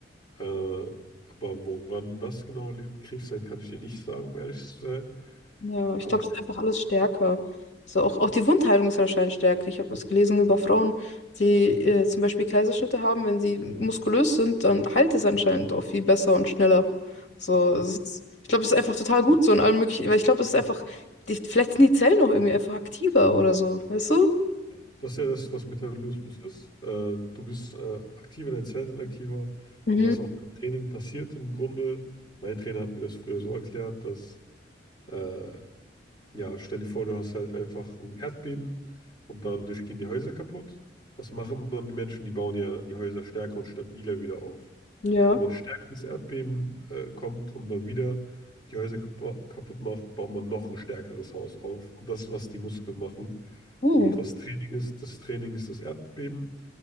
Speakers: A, on the left; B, on the left.
A: Äh, aber woran das genau liegt, Krebs sein, kann ich dir nicht sagen, um ehrlich zu sein.
B: Ja,
A: Aber
B: ich glaube, es ist einfach alles stärker. So, auch, auch die Wundheilung ist anscheinend stärker. Ich habe das gelesen über Frauen, die äh, zum Beispiel Kaiserschnitte haben, wenn sie muskulös sind, dann heilt es anscheinend auch viel besser und schneller. So, es ist, ich glaube, es ist einfach total gut so in allen möglichen, weil ich glaube, es ist einfach, die, vielleicht sind die Zellen noch irgendwie einfach aktiver oder so, weißt du?
A: Ja. Das ist ja das, was Metabolismus ist. Äh, du bist äh, aktiver, deine Zellen sind aktiver.
B: Mhm.
A: Und was auch beim Training passiert im Grunde, mein Trainer hat mir das früher so erklärt, dass, äh, ja, stell dir vor, du hast halt einfach ein Erdbeben und dadurch gehen die Häuser kaputt. Was machen dann die Menschen? Die bauen ja die Häuser stärker und stabiler wieder auf.
B: Ja.
A: Und wenn ein stärkeres Erdbeben äh, kommt und dann wieder die Häuser kap kaputt macht, baut man noch ein stärkeres Haus auf. Und das ist, was die Muskeln machen.
B: Hm.
A: Und was Training ist, das Training ist das Erdbeben.